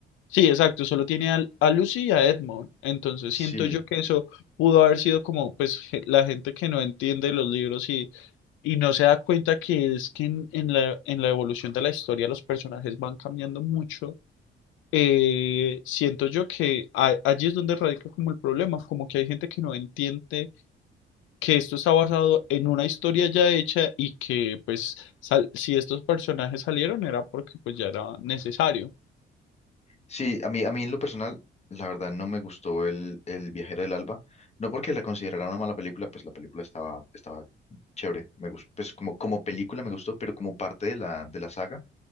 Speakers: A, on the left; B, on the left.
A: sí, exacto, solo tiene al- a, Lucy y a Edmond. Entonces
B: Sí,
A: siento yo que eso pudo haber sido como pues je- la gente que no entiende los libros y no se da cuenta que es que en, en la, en la evolución de la historia los personajes van cambiando mucho. eh, siento yo que a- allí es donde radica como el problema, como que hay gente que no entiende que esto está basado en una historia ya hecha y que pues sal- si estos personajes salieron era porque pues ya era necesario.
B: sí, a mí, a mí en lo personal, la verdad no me gustó el, el Viajero del Alba. No porque la considerara una mala película, pues la película estaba, estaba chévere. Me gustó, pues como, como película me gustó, pero como parte de la, de la saga,